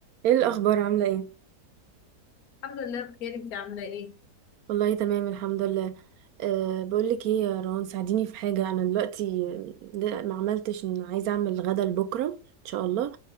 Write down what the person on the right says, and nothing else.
ايه الاخبار عامله ايه
والله تمام الحمد لله أه بقول لك ايه يا روان ساعديني في حاجه انا دلوقتي ده ما عملتش ان عايزه اعمل غدا لبكره ان شاء الله